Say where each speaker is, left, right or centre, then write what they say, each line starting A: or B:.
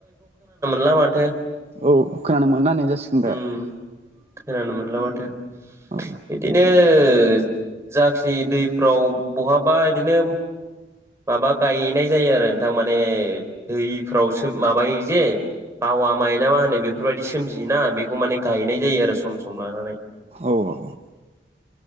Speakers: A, on the right; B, on the right.
A: ला माथो।
B: औ खोनानो मोनना होननाय जासिगोन
A: उम
B: दा।
A: खोनानो मोनला बाथो।
B: औ
A: बिदिनो ओ जाखिनि दैफ्राव बहाबा इदिनो माबा गायनाय जायो आरो नोंथां माने दैफ्राव सोम माबायो जे बावा माइना मा होनो बेफोरबायदि सोमजियोना बेखौ माने गायनाय जायो आरो सम सम लानानै।
B: औऔ